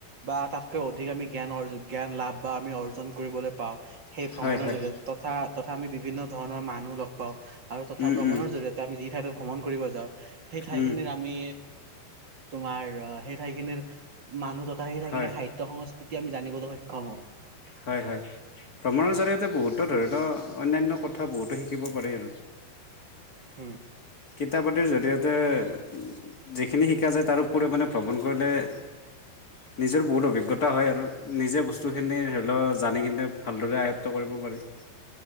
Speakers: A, on the right (about 40°); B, on the left (about 50°).
A: বা তাতকৈ অধিক আমি জ্ঞান অ জ্ঞান লাভ বা আমি অৰ্জন কৰিবলৈ পাওঁ। সেই ভ্ৰমণৰ
B: হয় হয়,
A: জৰিয়তে তথা তথা আমি বিভিন্ন ধৰণৰ মানুহ লগ পাওঁ আৰু তথা
B: উম
A: ভ্ৰমণৰ
B: উম
A: জৰিয়তে আমি যি ঠাইলৈ ভ্ৰমণ কৰিব যাওঁ সেই ঠাইখিনিৰ
B: উম,
A: আমি তোমাৰ অ সেই ঠাইখিনিৰ মানুহ তথা সেই ঠাইখিনিৰ
B: হয়
A: খাদ্যয় সংস্কৃতি তেতিয়া আমি জানিবলৈ সক্ষম হওঁ।
B: হয় হয় ভ্ৰমণৰ জৰিয়তে বহুতো ধৰণৰ অন্যান্য কথা বহুতো শিকিব পাৰি আৰু।
A: উম।
B: কিতাপ পাতিৰ জৰিয়তে যি খিনি শিকা যায় তাৰোপৰিও মানে ভ্ৰমণ কৰিলে- নিজৰ বহুত অভিজ্ঞতা হয় আৰু নিজে বস্তু খিনি ধৰি লওক জানি কিনে ভালদৰে আয়ত্ব কৰিব- হব্ পাৰে-